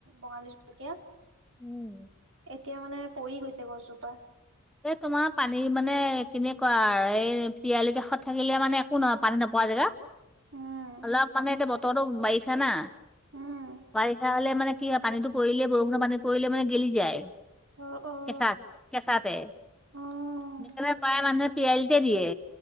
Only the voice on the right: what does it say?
বঙালী এতিয়া
মানে পৰি গৈছে গছজোপা।
উম,
উম,
অ অ।
অ'।